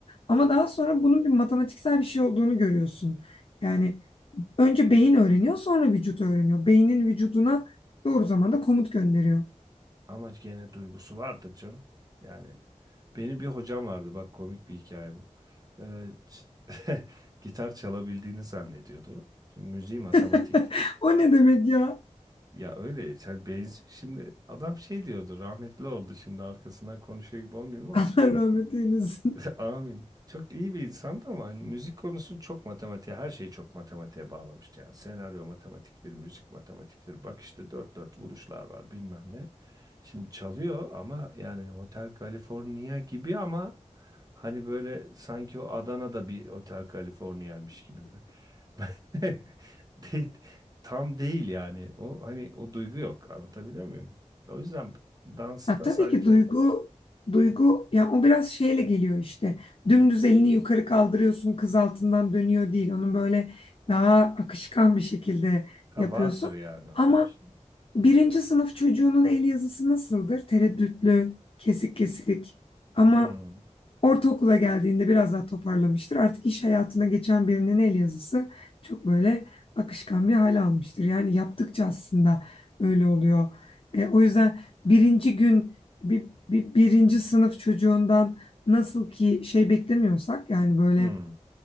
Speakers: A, on the left; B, on the right.
A: Ama daha sonra bunun bir matematiksel bir şey olduğunu görüyorsun. Yani önce beyin öğreniyor, sonra vücut öğreniyor. Beynin vücuduna doğru zamanda komut gönderiyor.
B: Ama gene duygusu vardır canım. Yani benim bir hocam vardı. Bak komik bir hikaye bu. Ee, ç- <laughs> gitar çalabildiğini zannediyordu. Çünkü müziği matematik.
A: <laughs> O ne demek ya?
B: Ya öyle sen benzi şimdi adam şey diyordu rahmetli oldu şimdi arkasından konuşuyor gibi olmuyor
A: <laughs> Allah rahmet eylesin.
B: <laughs> Amin. Çok iyi bir insandı ama hani müzik konusu çok matematiğe, her şeyi çok matematiğe bağlamıştı yani. Senaryo matematiktir, müzik matematiktir. Bak işte dört dört vuruşlar var bilmem ne. Şimdi çalıyor ama yani Hotel California gibi ama hani böyle sanki o Adana'da bir Hotel California'ymış gibi. <laughs> Değil, tam değil yani. O hani o duygu yok. Anlatabiliyor muyum? O yüzden dansta
A: Ya tabii
B: sanki
A: ki duygu duygu ya o biraz şeyle geliyor işte. Dümdüz elini yukarı kaldırıyorsun, kız altından dönüyor değil. Onu böyle daha akışkan bir şekilde
B: ha
A: yapıyorsun.
B: vardır yani onun
A: Ama
B: için.
A: birinci sınıf çocuğunun el yazısı nasıldır? Tereddütlü, kesik kesik. Ama
B: Hmm.
A: Ortaokula geldiğinde biraz daha toparlamıştır. Artık iş hayatına geçen birinin el yazısı çok böyle akışkan bir hale almıştır. Yani yaptıkça aslında öyle oluyor. E, o yüzden birinci gün bir, bir- birinci sınıf çocuğundan nasıl ki şey beklemiyorsak yani böyle
B: Hmm.